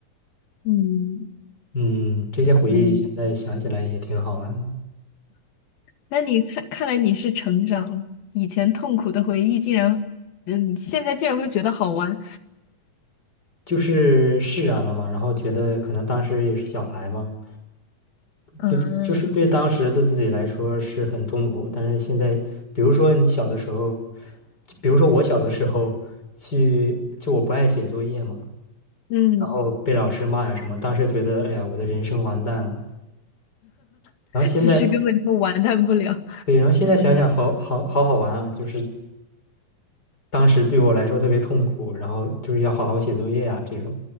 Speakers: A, on the left (about 85°); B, on the left (about 25°).
A: 嗯
B: 嗯，这些回忆现在想起来也挺好玩的，
A: 嗯。那你看，看来你是成长了，以前痛苦的回忆竟然，嗯，现在竟然会觉得好玩，
B: 就是释然了嘛，然后觉得可能当时也是小孩嘛，
A: 嗯
B: 对，就是对当时的自己来说是很痛苦，但是现在，比如说你小的时候，就比如说我小的时候去，就我不爱写作业嘛，
A: 嗯，
B: 然后被老师骂呀什么，当时觉得哎呀，我的人生完蛋了，
A: <laughs>
B: 然后现在，
A: 其实根本就完蛋不了。
B: 对，然后现在想想好好好好玩啊，就是。当时对我来说特别痛苦，然后就是要好好写作业啊这种，